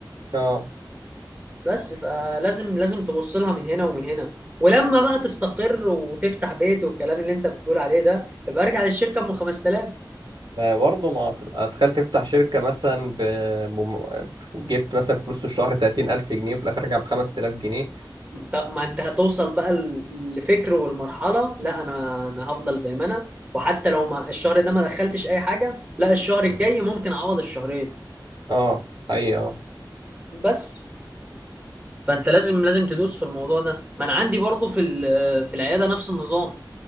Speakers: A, on the right; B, on the right.
A: اه
B: بس فلازم لازم تبص لها من هنا ومن هنا ولما بقى تستقر وتفتح بيت والكلام اللي انت بتقول عليه ده يبقى ارجع للشركه ب 5000
A: ما برضه ما تبقى تخيل تفتح شركة مثلا ب... بم... جبت مثلا فلوس في الشهر 30000 جنيه وفي الآخر رجع ب 5000 جنيه
B: انت- ما انت هتوصل بقى ل- لفكر والمرحله لا انا انا هفضل زي ما انا وحتى لو ما الشهر ده ما دخلتش اي حاجه لا الشهر الجاي ممكن اعوض الشهرين
A: اه أي اه
B: بس فانت لازم لازم تدوس في الموضوع ده ما انا عندي برضو في ال- في العياده نفس النظام